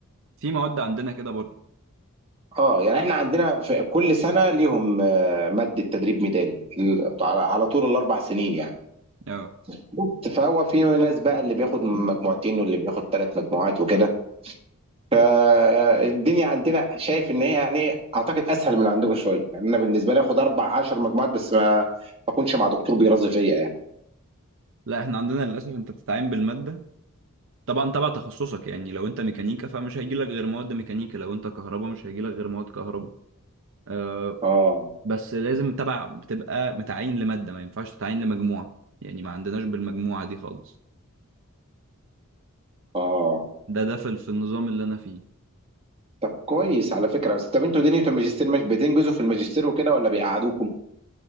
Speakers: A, on the right; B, on the right.
A: في مواد عندنا كده برضه
B: اه يعني احنا عندنا في كل سنة ليهم آه، مادة تدريب ميداني ال- على على طول الأربع سنين يعني
A: اه
B: بس فهو في ناس بقى اللي بياخد مجموعتين واللي بياخد ثلاث مجموعات وكده فالدنيا عندنا شايف ان هي يعني اعتقد اسهل من عندكم شويه يعني انا بالنسبه لي اخد اربع عشر مجموعات بس ما ما اكونش مع دكتور بيرازي فيا يعني
A: لا احنا عندنا للاسف انت بتتعين بالماده طبعا تبع تخصصك يعني لو انت ميكانيكا فمش هيجي لك غير مواد ميكانيكا لو انت كهرباء مش هيجي لك غير مواد كهرباء آه
B: اه
A: بس لازم تبع بتبقى متعين لماده ما ينفعش تتعين لمجموعه يعني ما عندناش بالمجموعه دي خالص
B: اه
A: ده ده في في النظام اللي انا فيه
B: طب كويس على فكره بس طب انتوا دنيا الماجستير مش بتنجزوا في الماجستير وكده ولا بيقعدوكم